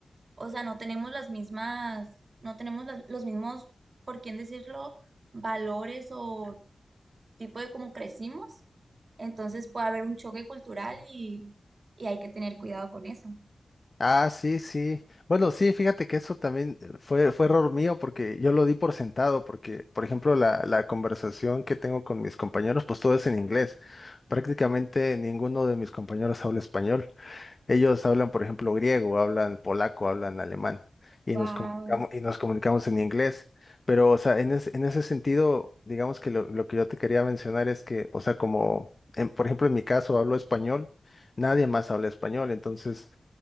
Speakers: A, on the right (about 50°); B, on the left (about 30°).
A: o sea, no tenemos las mismas, no tenemos las- los mismos, por quién decirlo, valores o tipo de cómo crecimos. Entonces puede haber un choque cultural y, y hay que tener cuidado con eso.
B: Ah, sí, sí. Bueno, sí, fíjate que eso también eh, fue, fue error mío porque yo lo di por sentado, porque, por ejemplo, la, la conversación que tengo con mis compañeros, pues todo es en inglés. Prácticamente ninguno de mis compañeros habla español. Ellos hablan, por ejemplo, griego, hablan polaco, hablan alemán y
A: Wow,
B: nos comunicamos, y nos comunicamos en inglés. Pero, o sea, en, es- en ese sentido, digamos que lo, lo que yo te quería mencionar es que, o sea, como, en- por ejemplo, en mi caso hablo español, nadie más habla español, entonces...